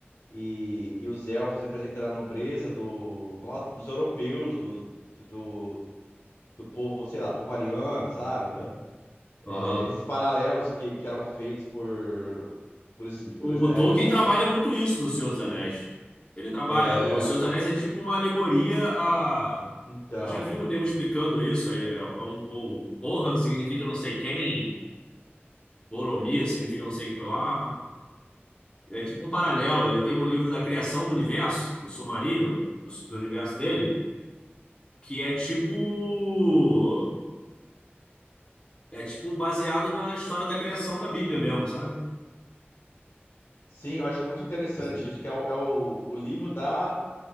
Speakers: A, on the left; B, on the left.
A: e, e os elfos representando a nobreza do, nossa, dos europeus, do, do, do povo, sei lá, povo ariano, sabe? <laughs> é,
B: Aham.
A: esses paralelos que, que eram feitos por, por esses escritores
B: O,
A: na
B: o
A: época.
B: Tolkien trabalha muito isso no Senhor dos Anéis. Ele trabalha.
A: É,
B: O Senhor dos Anéis é tipo uma alegoria a.
A: então.
B: Eu já vi o nego explicando isso aí. É, é um pouco. Rohan significa não sei quem, Boromir significa não sei o que lá. é tipo um paralelo. Ele tem um livro da criação do universo, o Silmarillion, do, do universo dele, que é tipo. É tipo baseado na história da criação da Bíblia mesmo, sabe?
A: Sim, eu acho muito interessante
B: Esse-
A: isso, que é o, é o, o livro da